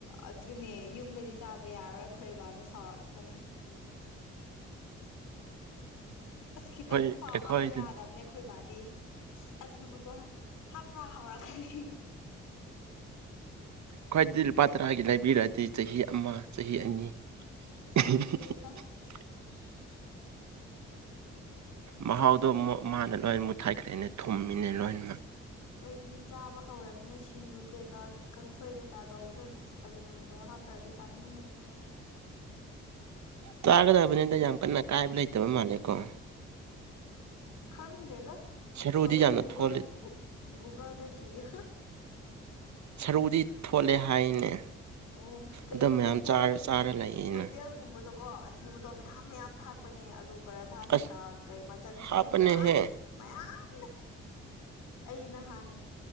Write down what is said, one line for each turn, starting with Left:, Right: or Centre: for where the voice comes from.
Left: ꯑꯗꯨꯅꯦ ꯌꯨꯝꯗꯗꯤ ꯆꯥꯕ ꯌꯥꯔꯣꯏ ꯈꯣꯏ ꯕꯥꯅ ꯁꯥꯎꯔꯛꯀꯅꯤ ꯑꯁ ꯈꯤꯇꯪꯐꯥꯎ
Right: ꯑꯩꯈꯣꯏ ꯑꯩꯈꯣꯏꯗ
Left: ꯍꯥꯞꯄ ꯌꯥꯗꯕꯅꯦ ꯑꯈꯣꯢ ꯕꯥꯗꯤ ꯑꯁ ꯑꯖꯤꯅ ꯃꯣꯇꯣ ꯍꯥꯞ ꯍꯥꯞ <unintelligible>
Right: ꯈꯣꯢꯗꯤ ꯂꯨꯄꯥ ꯇꯔꯥꯒꯤ ꯂꯩꯕꯤꯔꯗꯤ ꯆꯍꯤ ꯑꯃꯥ ꯆꯍꯤ ꯑꯅꯤ
Left: ꯈꯣꯏꯁꯨꯅꯤꯗ
Right: <unintelligible>
Left: <unintelligible>
Right: ꯃꯍꯥꯎꯗꯣ ꯃꯨꯛ ꯃꯥꯅ ꯂꯣꯏꯅ ꯃꯨꯠꯊꯠꯈꯔ꯭ꯤꯅꯦ ꯊꯨꯝꯃꯤꯅꯦ ꯂꯣꯏꯅꯃꯛ
Left: ꯑꯩꯗꯤ ꯆꯥꯕ ꯍꯧꯔꯕꯅ ꯁꯤꯡꯖꯨ ꯀꯩꯀꯥ ꯀꯥꯡꯁꯣꯏ ꯀꯩꯀꯥ ꯇꯧꯕꯗ ꯑꯁ ꯑꯖꯤꯅ ꯃꯨꯇꯣ ꯍꯥꯞꯇ꯭ꯔꯗꯤ ꯆꯥꯅꯤꯡꯗ꯭ꯔꯦ
Right: ꯆꯥꯒꯗꯕꯅꯤꯅ ꯌꯥꯝ ꯀꯟꯅ ꯀꯥꯏꯕ ꯂꯩꯇꯕ ꯃꯥꯜꯂꯦꯀꯣ
Left: ꯈꯪꯗꯦꯗ
Right: ꯁꯔꯨꯗꯤ
Left: ꯍꯣꯔꯦꯟ
Right: ꯌꯥꯝꯅ
Left: ꯒꯨꯒꯜ
Right: ꯊꯣꯜꯂꯤ
Left: ꯒꯨꯒꯜꯗ ꯊꯤꯌꯨ
Right: ꯁꯔꯨꯗꯤ ꯊꯣꯠꯂꯦ ꯍꯥꯏꯅꯦ
Left: ꯎꯝ ꯀꯩꯅꯣ
Right: ꯑꯗꯨ ꯃꯌꯥꯝ
Left: ꯍꯣꯇꯦꯜ
Right: ꯆꯥꯔ ꯆꯥꯔ ꯂꯩꯌꯦꯅ
Left: ꯍꯣꯇꯦꯜꯒꯨꯝꯕꯗꯣ ꯀꯣ ꯑꯖꯤꯅ ꯃꯣꯇꯣ ꯃꯌꯥꯝ ꯃꯌꯥꯝ ꯊꯥꯛꯄꯅꯦ ꯑꯥꯂꯨ ꯄꯔꯊꯥ ꯀꯩꯀꯥ
Right: ꯑꯁ
Left: ꯀꯩ ꯃꯆꯟ ꯁꯦꯝꯕꯗ
Right: ꯍꯥꯞꯄꯅꯦꯍꯦ
Left: ꯑꯁ ꯃꯌꯥꯝꯅꯦ ꯑꯩ ꯅꯍꯥꯟ